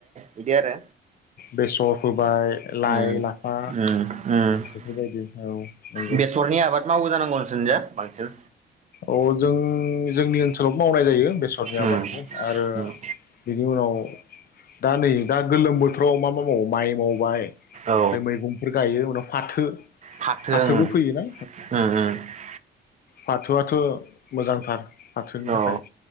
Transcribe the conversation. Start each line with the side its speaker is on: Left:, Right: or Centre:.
Right: बिदि आरो
Left: बेसरखौ ओमफ्राय लाइ
Right: उम
Left: लाफा
Right: उम उम
Left: बेफोरबायदि औ नंगौ
Right: बेसरनि आबाद मावो जानांगौ नोंसोरनिजों बांसिन
Left: औ जों जोंनि ओनसोलाव मावनाय जायो बेसरनि आबादखौ
Right: उम
Left: आरो
Right: उम
Left: बिनि उनाव दा नै दा गोलोम बोथोराव मा मा मावो माइ मावबाय ओमफ्राय
Right: औ
Left: मैगंफोर गायो उनाव फाथो
Right: फाथो
Left: फाथोबो
Right: उम
Left: फैयोना
Right: उम उम
Left: बाथौआथ' मोजांथारथ फाथोनि थाखाय
Right: औ